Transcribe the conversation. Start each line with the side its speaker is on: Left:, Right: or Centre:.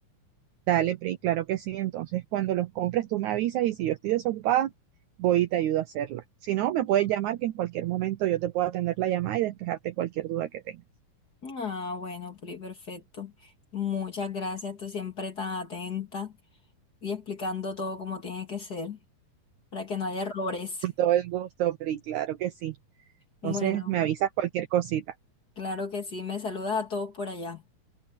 Right: Dale, Pri, claro que sí. Entonces, cuando los compres, tú me avisas y si yo estoy desocupada, voy y te ayudo a hacerla. Si no, me puedes llamar que en cualquier momento yo te puedo atender la llamada y despejarte cualquier duda que tengas.
Left: Ah, bueno, Pri, perfecto. Muchas gracias, tú siempre tan atenta y explicando todo como tiene que ser, para que no haya errores.
Right: Con todo el gusto, Pri, claro que sí. Entonces,
Left: Bueno,
Right: me avisas cualquier cosita.
Left: claro que sí, me saludas a todos por allá.